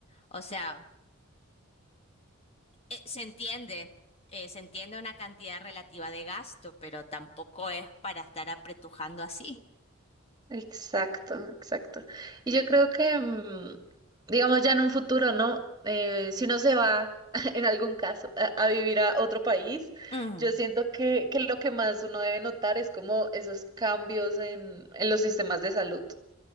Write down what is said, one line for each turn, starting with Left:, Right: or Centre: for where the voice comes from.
Left: O sea, eh, se entiende, eh, se entiende una cantidad relativa de gasto, pero tampoco es para estar apretujando así.
Right: Exacto, exacto. Y yo creo que, mm, digamos, ya en un futuro, ¿no? Eh, si uno se va, <laughs> en algún caso, a, a vivir a otro país,
Left: Mm,
Right: yo siento que, que lo que más uno debe notar es como esos cambios en, en los sistemas de salud.